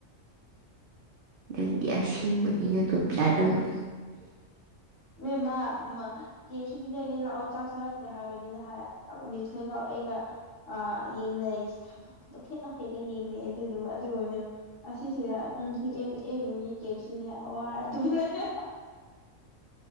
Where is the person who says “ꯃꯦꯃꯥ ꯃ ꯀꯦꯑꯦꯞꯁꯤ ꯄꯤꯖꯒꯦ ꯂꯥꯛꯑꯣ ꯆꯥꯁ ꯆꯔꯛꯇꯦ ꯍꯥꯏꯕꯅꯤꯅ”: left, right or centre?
Left